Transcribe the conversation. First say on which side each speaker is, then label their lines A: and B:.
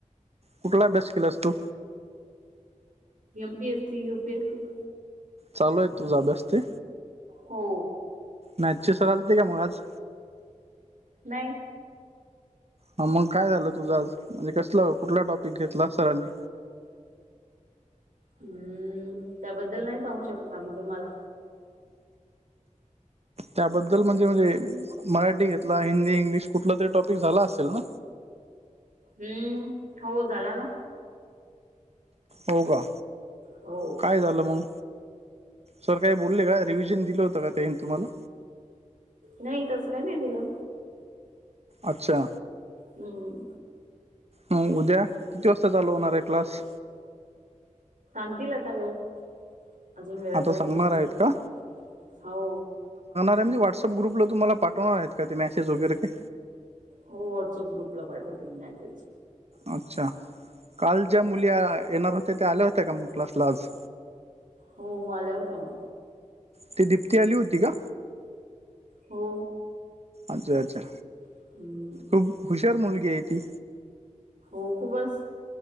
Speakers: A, on the right (about 55°); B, on the right (about 80°).
A: कुठला अभ्यास केला अस तू.
B: M PS C U PS C.
A: चालू आहे तूझ अभ्यास ते.
B: हो.
A: मॅचची सरलते का मग आज.
B: नाही.
A: हा मग काय झालं तुझं आज म्हणजे कसलं कुठला टॉपिक घेतला सरांनी.
B: हम्म त्याबद्दल नाही सांगू शकत आम्ही तुम्हाला.
A: त्याबद्दल म्हणजे म्हणजे मराठी घेतला हिंदी इंग्लिश कुठला तरी टॉपिक झाला असेल ना.
B: हम्म हो झाला ना.
A: हो का
B: हो
A: काय झालं मग सर काही बोलले काय? रिव्हजन दिलं होतं का ते येन तुम्हाला?
B: नाही तसं काही नाही दिलं.
A: अच्छा!
B: हम्म
A: हो उद्या किती वाजता चालू होणार आहे क्लास?
B: सांगतील आता वेळ अजून वेळ
A: आता
B: काय
A: सांगणार
B: फिक्स नाही
A: आहेत का
B: हो.
A: मी व्हॉट्सअप ग्रुपला तुम्हाला पाठवणार आहेत का ते मेसेज वगैरे काय?
B: हो व्हॉट्सअप ग्रुपला पाठवतील मॅसेज.
A: अच्छा काल ज्या मुली येणार होत्या त्या आल्या होत्या का मग क्लासला आज.
B: हो आल्या होत्या ना.
A: ति दीप्ती आली होती का?
B: हो
A: अच्छा अच्छा!
B: हम्म
A: खूप हुशार मुलगी आहे ती.
B: हो खूपच